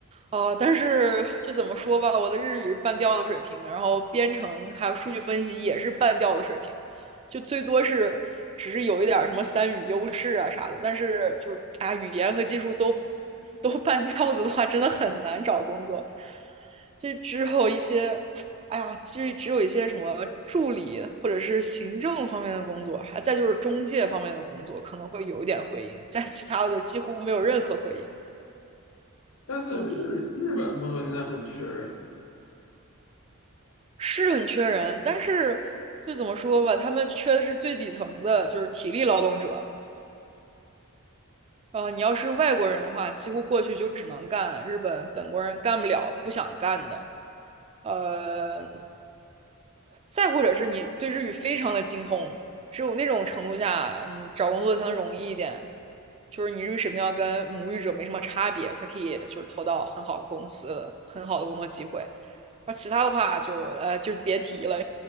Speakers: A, on the right; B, on the left.
A: 呃，但是就怎么说吧，我的日语是半吊子水平，然后编程还有数据分析也是半吊子水平，就最多是只是有一点儿什么三语优势啊啥的，但是就是啊，语言和技术都都半吊子的话，真的很难找工作。这之后一些哎呀，就是只有一些什么助理或者是行政方面的工作，还再就是中介方面的工作可能会有一点回音，在其他的就几乎没有任何回音。
B: 但是日日本朋友现在很缺人，
A: 嗯，是很缺人，但是就怎么说吧，他们缺的是最底层的，就是体力劳动者，呃，你要是外国人的话，几乎过去就只能干日本本国人干不了、不想干的。呃，再或者是你对日语非常的精通，只有那种程度下，你找工作才能容易一点。就是你日语水平要跟母语者没什么差别，才可以就是投到很好的公司、很好的工作机会。那其他的话就呃就别提了，